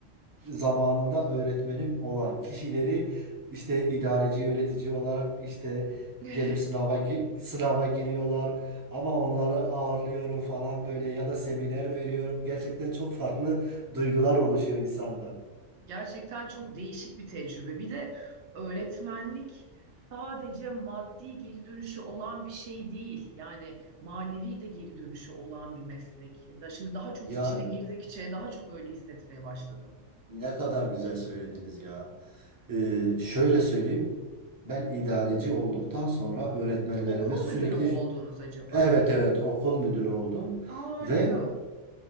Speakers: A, on the right; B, on the right.
A: e, zamanında öğretmenim olan kişileri işte idareci yönetici olarak işte
B: <laughs>
A: gelip sınava gi- sınava giriyorlar ama onları ağırlıyorum falan böyle ya da seminer veriyorum. Gerçekten çok farklı duygular oluşuyor insanda.
B: Gerçekten çok değişik bir tecrübe. Bir de öğretmenlik sadece maddi geri dönüşü olan bir şey değil. Yani manevi de geri dönüşü olan bir meslek. Da şimdi daha çok
A: Ya
B: içine girdikçe daha çok öyle hissetmeye başladım.
A: ne kadar güzel söylediniz ya. Ee, şöyle söyleyeyim. Ben idareci olduktan sonra öğretmenlerime
B: Okul
A: sürekli
B: müdürü mü oldunuz acaba?
A: Evet evet okul müdürü oldum
B: Harika.
A: ve